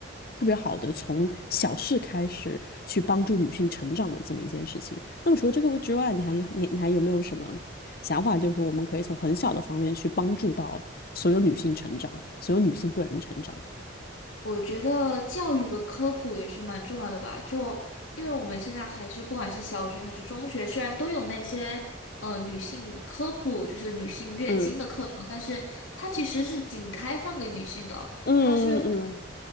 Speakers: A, on the left; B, on the left.
A: 特别好的从小事开始去帮助女性成长的这么一件事情。那么除了这个之外，你还有你你还有没有什么想法？就是我们可以从很小的方面去帮助到所有女性成长，所有女性个人成长。
B: 我觉得教育跟科普也是蛮重要的吧，就因为我们现在还是不管是小学还是中学，虽然都有那些呃女性科普，就是女性月经的课程，
A: 嗯
B: 但是它其实是仅开放给女性的，
A: 嗯嗯嗯，
B: 它是会